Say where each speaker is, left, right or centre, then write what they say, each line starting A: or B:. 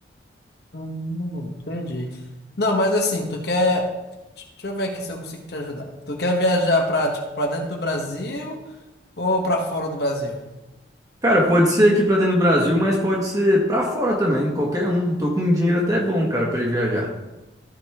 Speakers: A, on the left; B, on the right.
A: Hum, entendi. Não, mas assim, tu quer. Deixa eu ver aqui se eu consigo te ajudar. Tu quer viajar pra, tipo, pra dentro do Brasil ou pra fora do Brasil?
B: Cara, pode ser aqui pra dentro do Brasil, mas pode ser pra fora também, qualquer um. Tô com um dinheiro até bom, cara, pra ir viajar.